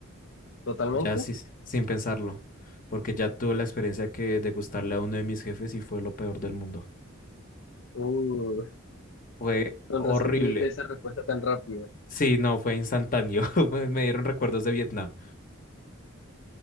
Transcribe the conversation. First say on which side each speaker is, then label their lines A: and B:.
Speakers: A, on the left (about 65°); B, on the left (about 40°).
A: ¿Totalmente?
B: Ya sí, sin pensarlo. Porque ya tuve la experiencia que de gustarle a uno de mis jefes y fue lo peor del mundo.
A: Uh,
B: Fue
A: con
B: horrible.
A: razón tuviste esa respuesta tan rápida.
B: Sí, no, fue instantáneo. <laughs> Me me dieron recuerdos de Vietnam.